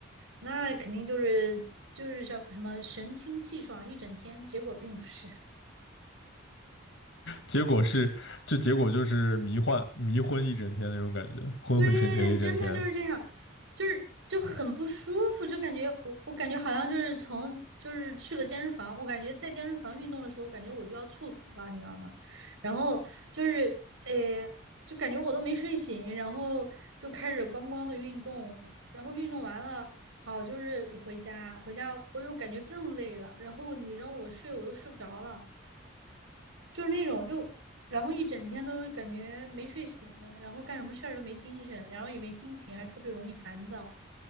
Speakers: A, on the right; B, on the left.
A: 那肯定就是就是叫什么神清气爽一整天，结果并不是。
B: 结果是，就结果就是迷幻迷昏一整天那种感觉，昏昏沉沉一整天。
A: 对，真的就是这样，就是就很不舒服，就感觉我我感觉好像就是从就是去了健身房，我感觉在健身房运动的时候，我感觉我就要猝死了，你知道吗？然后就是呃，就感觉我都没睡醒，然后就开始咣咣的运动，然后运动完了，好就是回家，回家我就感觉更累了，然后你让我睡，我又睡不着了。就是那种就，然后一整天都感觉没睡醒，然后干什么事儿都没精神，然后也没心情，还特别容易烦躁。